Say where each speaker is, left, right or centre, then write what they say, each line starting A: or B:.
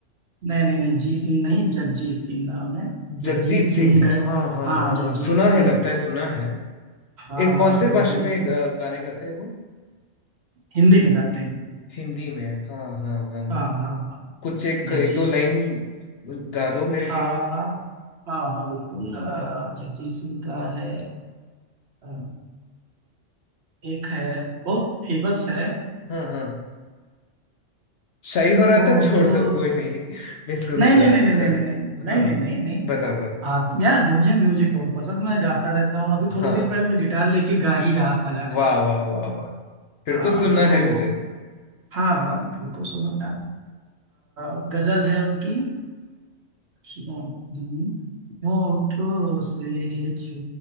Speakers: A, on the right; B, on the left.
A: नहीं नहीं नहीं जी सिंह नहीं जगजीत सिंह नाम है
B: जगजीत
A: जगजीत
B: सिंह
A: सिंह ग...
B: हाँ हाँ
A: हाँ
B: हाँ
A: जगजीत
B: हाँ सुना है
A: सिंह
B: लगता है सुना है
A: हाँ
B: एक कौन से
A: जगजीत
B: भाषा में
A: सिंह
B: गा- गाने गाते हैं वो
A: हिंदी में गाते हैं
B: हिंदी में हाँ हाँ हाँ
A: हाँ हाँ
B: कुछ एक
A: जगजीत
B: एक दो लाइन गा दो मेरे
A: हाँ
B: लिए
A: हाँ हाँ बिल्कुल अ, जगजीत सिंह का है अ, एक है बहुत फेमस है
B: हाँ हाँ शाही हो रहा
A: होठ
B: था <laughs> छोड़
A: नहीं
B: दो कोई नहीं मैं सुनूंगा
A: नहीं नहीं नहीं नहीं
B: कल
A: नहीं नहीं नहीं
B: हाँ
A: नहीं नहीं नहीं
B: बताओ बताओ
A: आ, यार मुझे म्यूजिक बहुत पसंद मैं गाता रहता हूँ अभी
B: हाँ
A: थोड़ी देर पहले मैं गिटार लेके गा ही रहा था गाने
B: वाह वाह वाह वाह फिर
A: हाँ
B: तो सुनना
A: तो
B: है मुझे
A: हाँ हाँ, तो बिल्कुल सुनो यार अ, गजल है उनकी सुनो हम्म, होठों से छू